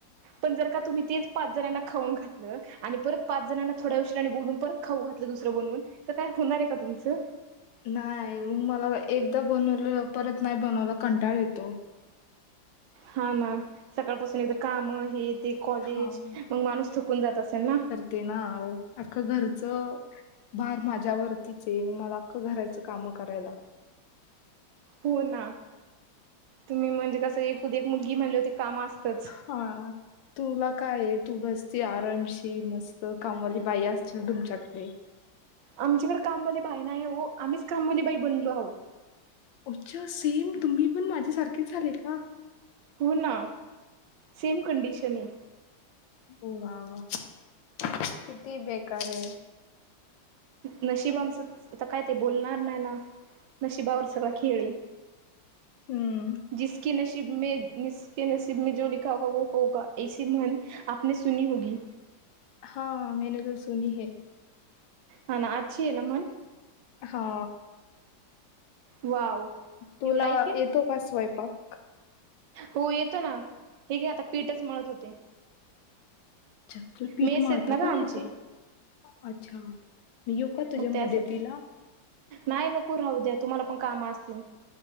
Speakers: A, on the right; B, on the left.
A: पण जर का तुम्ही तेच पाच जणांना खाऊन घातलं आणि परत पाच जणांना थोड्या उशिराने बोलून परत खाऊ घातलं दुसरं बनवून तर काय होणार आहे का तुमचं?
B: नाही मग मला एकदा बनवलेलं परत नाही बनवायला, कंटाळ येतो.
A: हा ना सकाळपासून एकदा काम हे ते कॉलेज
B: हां,
A: मग माणूस थकून जात असेल ना
B: ते ना आहो, आख्खं घरचं भार माझ्या वरतीच आहे. मला अख्खं घराचं कामं करायला लागत
A: हो ना. तुम्ही म्हणजे कसं एकुलती एक मुलगी म्हटल्यावर काम असतच
B: हा तुला काये तू बसती आरामशीर म स्त कामवाली बाई असतील तुमच्याकडे.
A: आमच्याकडे कामवाली बाई नाही हो. आम्हीच कामवाली बाई बनलो आहोत.
B: अच्छा सेम तुम्ही पण माझ्यासारखेच झाले का.
A: हो ना सेम कंडीशन आहे.
B: हो वा वा किती बेकार आहे.
A: नशिब आमचं, आता काय ते बोलणार नाही ना. नशिबावर सगळा खेळ ये.
B: हम्म.
A: जिस क नसिब मे जिस के नसिब मे जो लिखा होगा वो होगा ऐस म्हण आपने सुनी होगी?
B: हा मेने तो सुनी है.
A: हा ना अच्छी हे ना मण?
B: हा.
A: वाव.
B: तुला
A: यू लाईक इट
B: येतो का स्वयंपाक?
A: हो येतो ना, हे घे आता पीठच मळत होते.
B: अच्छा! तुला पीठ
A: मेस
B: मळता
A: आहेत ना ग
B: पण
A: आमची
B: येतं? अच्छा! मी येऊ का तुझ्या
A: मग
B: मदतीला?
A: त्यासाठी नाही नको राहू द्या, तुम्हाला पण काम असतील.